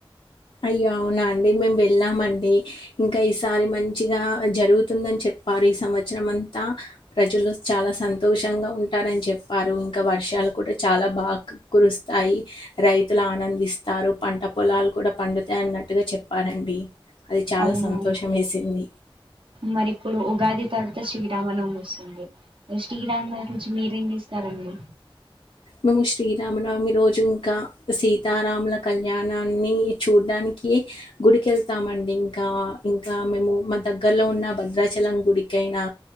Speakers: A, on the left; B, on the right.
A: అయ్యో అవునా అండి మేమ్ వెళ్ళామండి. ఇంకా ఈసారి మంచిగా జరువుతుందని చెప్పారి ఈ సంవచ్చ్రం అంతా ప్రజలు చాలా సంతోషంగా ఉంటారని చెప్పారు, ఇంకా వర్షాలు కూడా చాలా బాగా కురుస్తాయి, రైతుల ఆనందిస్తారు పంట పొలాలు కూడా పండుత అన్నట్టుగా చెప్పారండి. అది చాలా
B: అవునా,
A: సంతోషమేసింది.
B: మరి ఇప్పుడు ఉగాది తర్వత శ్రీరామనవమి వస్సుంది. ఎస్టిరామ <unintelligible> సరండి.
A: మేము శ్రీరామనవమి రోజు ఇంకా సీతారాముల కళ్యాణాన్ని చూడ్డానికి గుడికెళ్తామండి ఇంకా, ఇంకా మేము మా దగ్గర్లో ఉన్న భద్రాచలం గుడికైనా